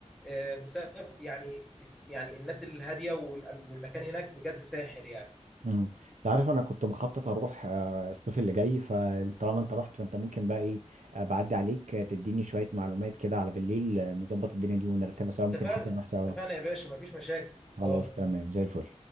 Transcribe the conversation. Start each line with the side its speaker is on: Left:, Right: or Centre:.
Centre: آه، بسبب يعني يعني الناس الهادية والأم- والمكان هناك بجد ساحر يعني
Right: امم انت عارف انا كنت مخطط اروح آه، الصيف اللي جاي فطالما انت رحت فانت ممكن بقى ايه آه، بعدي عليك آه، تديني شويه معلومات كده على بالليل آه، نظبط الدنيا دي ونرتبها سوا
Centre: اتفقنا
Right: ممكن حتى نروح سوا
Centre: اتفقنا يا باشا مفيش مشاكل
Right: خلاص
Centre: خلاص
Right: تمام زي الفل